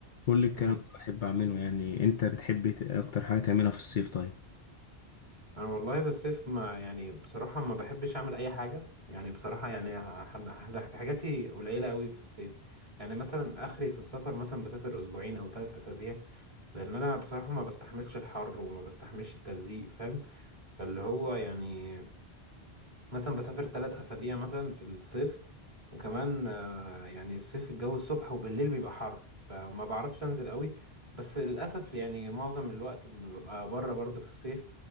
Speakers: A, on the left (about 55°); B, on the right (about 30°).
A: كل الكلام
B: مم.
A: ده بحب اعمله يعني انت بتحب إيه اكتر حاجة تعملها في الصيف طيب
B: انا والله في الصيف ما يعني بصراحة ما بحبش اعمل اي حاجة يعني بصراحة يعني ح- ح- حاجاتي قليلة قوي في الصيف يعني مثلا اخري في السفر مثلا بسافر اسبوعين او ثلاث اسابيع لان انا بصراحة ما بستحملش الحر وما بستحملش التلزيق فاهم فاللي هو يعني مثلا بسافر ثلاث اسابيع مثلا في الصيف وكمان آه، يعني الصيف الجو الصبح وبالليل بيبقى حر فما بعرفش انزل قوي بس للاسف يعني معظم الوقت ببقى بره برضو في الصيف